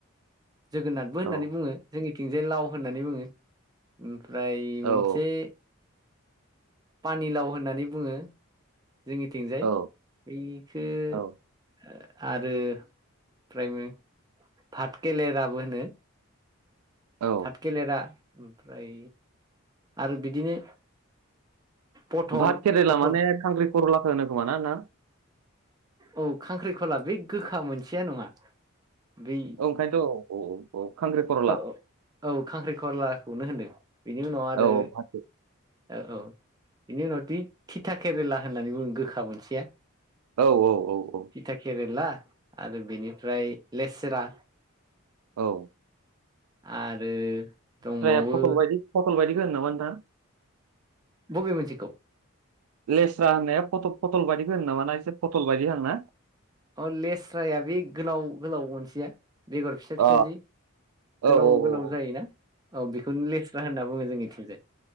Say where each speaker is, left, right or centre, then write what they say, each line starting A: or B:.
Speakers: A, on the right (about 15°); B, on the right (about 90°).
A: जोगोनाथबो होननानै
B: औ
A: बुङो जोंनिथिंजाय लाव होननानै बुङो ओम ओमफ्राय मोनसे
B: औ औ।
A: पानिलाव होननानै बुङो। जोंनिथिंजाय
B: औ
A: बेखो‌
B: औ
A: ओ आरो ओमफ्रायो फाटकेलेराबो होनो।
B: औ
A: फाथखेलेरा ओमफ्राय आरो बिदिनो पथल
B: भात केरेला
A: पथल
B: माने खांख्रि खरलाखौ होनो खोमाना नोंथां?
A: औ खांख्रि खला बे गोखा मोनसेया नङा बै
B: औ ओंखायनोथ औ औ खांख्रि खरला
A: औ औ औ खांख्रिखलाखौनो होनदों बेनि उनाव आरो
B: औ औ भात के-
A: औ औ बिनि उनाव दि थिथा केरेला होननानै बुङो गोखा मोनसेया
B: औ औ औ औ
A: थिथा केरेला आरो बिनिफ्राय लेस्रा
B: औ
A: आरो दंबावो
B: फ्राया फटल बायदि फटल बायदिखौ होनो नामा नोंथां?
A: बबे मोनसेखौ?
B: लेस्रा होननाया फटल फटलबादिखौ होनो नामा ना एसे फटल बादि हांना?
A: अ लेस्राया बे गोलाव गोलाव मोनसेया बेगर फिसा
B: अ
A: फिसा जि
B: औ
A: गोलाव
B: औ
A: गोलाव जायोना औ बेखौनो लेस्रा होनना बुङो जोंनिथिंजाय।